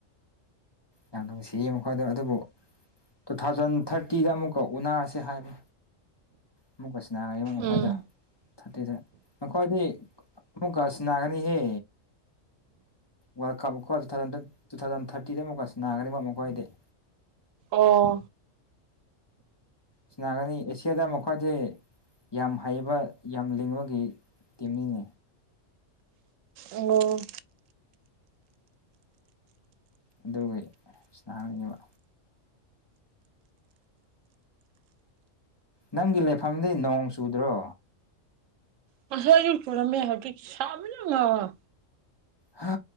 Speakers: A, on the left (about 25°); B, on the right (about 80°).
A: ꯌꯥꯝ ꯅꯨꯡꯁꯤꯌꯦ ꯃꯈꯣꯏꯗꯣ ꯑꯗꯨꯕꯨ ꯇꯨ ꯊꯥꯎꯖꯟ ꯊꯥꯔꯇꯤꯗ ꯑꯃꯨꯛꯀ ꯎꯅꯔꯁꯦ ꯍꯥꯏꯕ ꯑꯃꯨꯛꯀ ꯁꯥꯟꯅ <unintelligible> ꯃꯈꯣꯏꯗ
B: ꯎꯝ
A: ꯊꯥꯔꯇꯤꯗ ꯑꯈ‌ꯣꯏꯗꯤ ꯑꯃꯨꯛꯀ ꯁꯥꯟꯅꯒꯅꯤꯍꯦ ꯋꯥꯔꯜ ꯀꯞꯀ‌ꯣ ꯇꯨꯊꯥꯎꯖꯟ ꯇꯨꯊꯥꯎꯖꯟ ꯊꯥꯔꯇꯤꯗ ꯑꯃꯨꯛꯀ ꯁꯥꯟꯅꯒꯅꯤꯕ ꯃꯈꯣꯏꯗꯤ
B: ꯑꯣ
A: ꯁꯥꯟꯅꯒꯅꯤ ꯑꯦꯁꯤꯌꯥꯗ ꯃꯈꯣꯏꯗꯤ ꯌꯥꯝ ꯍꯩꯕ ꯌꯥꯝ ꯂꯤꯡꯕꯒꯤ ꯇꯤꯝꯅꯤꯅꯦ
B: ꯑꯣ
A: ꯑꯗꯨꯒꯤ ꯁꯥꯟꯅꯒꯅꯤꯕ ꯅꯪꯒꯤ ꯂꯩꯐꯝꯗꯤ ꯅꯣꯡ ꯆꯨꯗ꯭ꯔꯣ
B: ꯉꯁꯥꯏꯗꯤ ꯆꯨꯔꯝꯃꯦ ꯍꯧꯖꯤꯛ ꯁꯥꯕꯅ ꯉꯥꯎꯔꯦ
A: ꯍꯥ